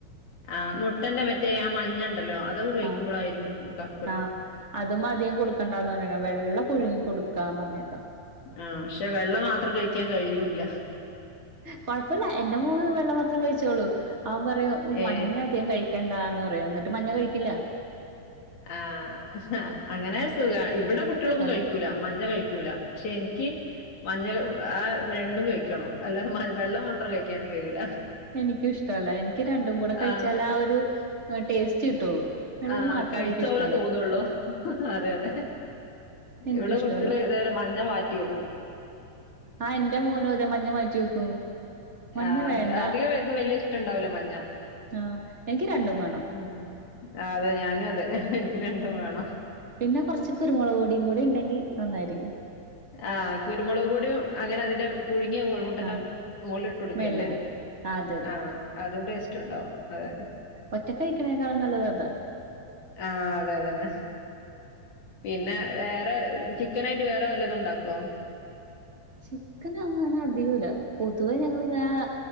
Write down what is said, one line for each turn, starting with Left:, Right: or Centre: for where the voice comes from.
Left: ആഹ് മുട്ടന്റെ മറ്റേ ആഹ് മഞ്ഞണ്ടല്ലോ അതൊക്കെ കഴിക്കുമ്പോളായിരിക്കും
Right: ആഹ്
Left: ക
Right: ആഹ് അതും മധികം കൊടുക്കണ്ടാന്ന് പറഞ്ഞര വെള്ള പുഴുങ്ങി കൊടുക്കാ പറഞ്ഞേക്കാം.
Left: ആഹ് പക്ഷെ വെള്ള മാത്രം കഴിക്കാൻ കഴിയൂല്ല.
Right: കൊഴപ്പല്ല എന്റെ മൂ വെള്ള മാത്രം കഴിച്ചോളൂ അവൻ പറയും
Left: ഏ
Right: മഞ്ഞ അധികം കഴി ക്കണ്ടാന്ന് പറയും എന്നിട്ട് മഞ്ഞ കഴിക്കില്ല.
Left: ആഹ് അങ്ങനെ സുഖ ഇവിടെ കുട്ടികളൊന്നും
Right: അതെ
Left: കഴിക്കൂല. മഞ്ഞ കഴിക്കൂല പക്ഷെ എനിക്ക് മഞ്ഞ ആഹ് രണ്ടും കഴി ക്കണം അല്ലാതെ മ വെള്ളം മാത്രം കഴിക്കാനും കഴിയൂല.
Right: എനിക്കു ഇഷ്ടമല്ല എനിക്ക് രണ്ടും കൂടെ കഴിച്ചാലാ
Left: ആ
Right: ആഹ് ഒരു ടേസ്റ്റ് കിട്ടുള്ളൂ. വെള്ള
Left: ആഹ്
Right: മാത്രം
Left: കഴിച്ച
Right: എനിക്കിഷ്ടല്ല
Left: പോലെ തോന്നുള്ളൂ അതെ അതെ
Right: എനിക്കും
Left: ഇവിടെ
Right: ഇഷ്ടല്ല
Left: കുട്ടികള് ഇതേപോലെ മഞ്ഞ മാറ്റി വെക്കും
Right: ആഹ് എന്റെ മോനും അതെ മഞ്ഞ മാറ്റി വെക്കും മഞ്ഞ
Left: ആഹ്
Right: വേണ്ട
Left: അധികം പേർക്കും വല്ല്യ ഇഷ്ടം ഇണ്ടാവില്ല മഞ്ഞ
Right: ആഹ് എനിക്ക് രണ്ടും വേണം
Left: ഉം. ആഹ് അതെ ഞാനും അതെ എനിക്ക് രണ്ടും വേണം
Right: പിന്നെ കുറച്ച് കുരുമുളക് പൊടിയും കൂടി ഉണ്ടെങ്കിൽ നന്നായിരിക്കും
Left: ആഹ് കുരുമുളക് പൊടിയും അങ്ങനെ അതിന്റെ പുഴുങ്ങിയ കോഴിമുട്ടേന്റെ
Right: ആ
Left: മുകളില് ഇട്ട് കൊടുക്കയല്ലേ
Right: മേളിലിടാ അതെ അതെ
Left: ആ അതും ടേ സ്റ്റുണ്ടാവും അതെ
Right: ഒറ്റക്ക് കഴിക്കണേക്കാളും നല്ലത് അതാ
Left: ആ അതെ അത് തന്നെ പിന്നെ വേറെ ചിക്കനായിട്ട് വേ റേ വല്ലതും ഉണ്ടാക്കുവോ
Right: ചിക്കന് അങ്ങനെ അധികമില്ല പൊതുവേ ഞങ്ങൾ ഇങ്ങനെ